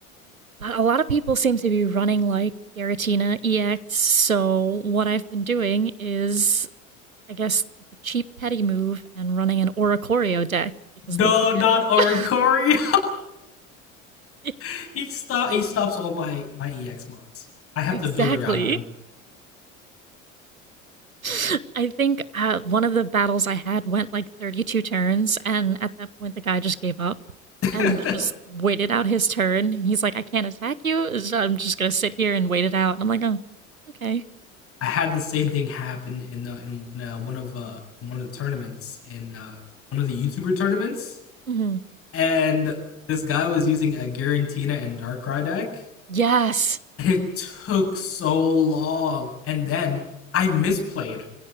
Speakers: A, on the right; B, on the left.
A: but a lot of people seem to be running like Garatina EX. So what I've been doing is, I guess, the cheap petty move and running an Oracorio deck because
B: No,
A: they can't.
B: not Orikori.
A: <laughs> yes,
B: <laughs> he stop he stops all my my EX mods. I have
A: exactly.
B: to build around him.
A: <laughs> I think uh, one of the battles I had went like 32 turns, and at that point, the guy just gave up and
B: <laughs>
A: just waited out his turn. He's like, I can't attack you. so I'm just going to sit here and wait it out. And I'm like, oh, okay.
B: I had the same thing happen in uh, in, in uh, one of uh, in one of the tournaments in uh, one of the YouTuber tournaments,
A: hmm
B: and this guy was using a Garantina and Darkrai deck.
A: Yes.
B: It took so long, and then I misplayed.